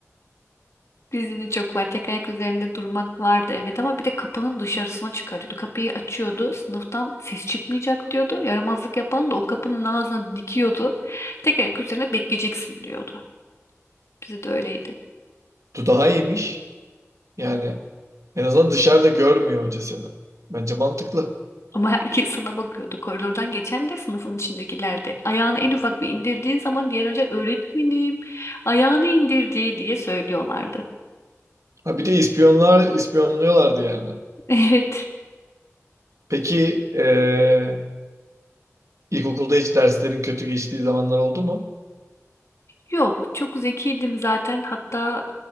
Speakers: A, on the left; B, on the right.
A: Bizde de çok var. Tek ayak üzerinde durmak vardı evet ama bir de kapının dışarısına çıkarıyordu. Kapıyı açıyordu. Sınıftan ses çıkmayacak diyordu. Yaramazlık yapan da o kapının ağzına dikiyordu. Tek ayak üzerine bekleyeceksin diyordu. Bize de öyleydi.
B: Bu daha iyiymiş. Yani en azından dışarıda görmüyor hoca seni. Bence mantıklı.
A: Ama herkes sana bakıyordu. Koridordan geçen de sınıfın içindekiler de. Ayağını en ufak bir indirdiğin zaman diğer önce öğretmenim ayağını indirdi diye söylüyorlardı.
B: Ha bir de ispiyonlar, ispiyonluyorlardı yani.
A: <laughs> Evet.
B: Peki eee, ilkokulda hiç derslerin kötü geçtiği zamanlar oldu mu?
A: Yok, çok zekiydim zaten. Hatta